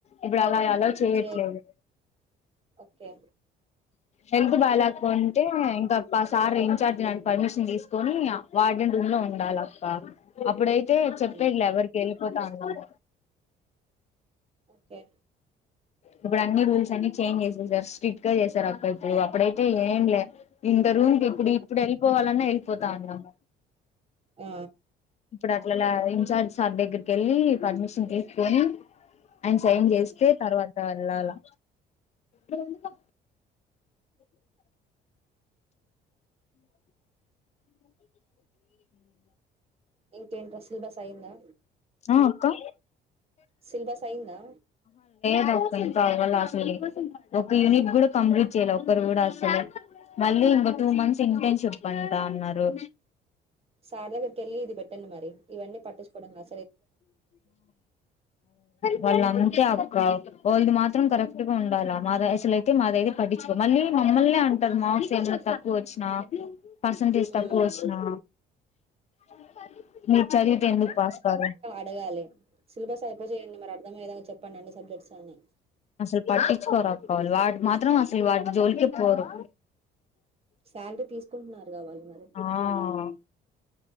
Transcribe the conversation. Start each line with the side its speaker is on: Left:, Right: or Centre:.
Left: ఇప్పుడు అలా ఎలా
Right: ఇప్పుడు
Left: చేయట్లేదు
Right: చే ఓకే
Left: హెల్త్ బాలేకుంటే ఇంకా సార్ ఇన్ఛార్జ్ నని పర్మిషన్ తీసుకుొని వార్డెన్ రూమ్ లో ఉండాలప్ప అప్పుడైతే
Right: ఉమ్,
Left: చెప్పేదిలా ఎవరికి వెళ్ళిపోతా అన్నమాట
Right: కే
Left: ఇప్పుడు అన్ని రూల్స్ అన్ని చేంజ్ చేసేసారు, స్ట్రిక్ట్ గా చేసారు అక్క ఇప్పుడు, అప్పుడైతే ఏం లే ఇంత రూమ్ క ఇప్పుడు ఇప్పుడు వెళ్ళిపోవాలన్నా వెళ్ళిపోతా ఉన్నాను
Right: ఆ
Left: ఇప్పుడు అట్లలా ఇన్ఛార్జ్ సార్ దగ్గరికి వెళ్ళి పర్మిషన్ తీసుకొని ఆయన సైన్ చేస్తే తర్వాత వెళ్ళాలా ఇ ఎందు
Right: ఇంకేంట్రా సిలబస్ అయ్యిందా
Left: అక్కా
Right: సిల్బస్ అయ్యిందా
Left: <unintelligible> ఇంకా అవ్వలా అసలుకి ఒక యూనిట్ కూడా కంప్లీట్ చెయ్ లా ఒకరు కూడా అసలు మళ్ళీ ఇంక టూ మంత్స్ ఇంటర్న్షిప్ అంటా ఉన్నారు
Right: సార్ దగ్గరికెళ్ళి ఇది పెట్టండి మరి ఇవన్నీ పట్టిచ్చుకోవడం కా
Left: వాళ్ళన్ తే అక్క వాళ్ళది మాత్రం కరెక్ట్ గా ఉండాలా మాది అసలుయితే మాది అయితే పట్టించుకో మళ్ళీ మమ్మల్నే అంటారు మార్క్స్ ఏమన్నా తక్కువ వచ్చినా పర్సంటేజ్
Right: ఉమ్.
Left: తక్కువచ్చినా అ కా మీరు చదివితే ఎందుకు పాస్ కారు
Right: దవాలి సిలబస్ అయిపోజేయండి మరి అర్థమయ్యేలా చెప్ప్ ప్పండి అన్ని సబ్జెక్ట్స్ అని
Left: అసలు పట్టించుకోరక్క వాళ్ళు వాటి మాత్రం అసలు వాటి జోలికే పోరు
Right: శాలరీ తీసుకుంటున్నా <unintelligible> వాలి మరి
Left: ఆ
Right: చెప్పాలిగా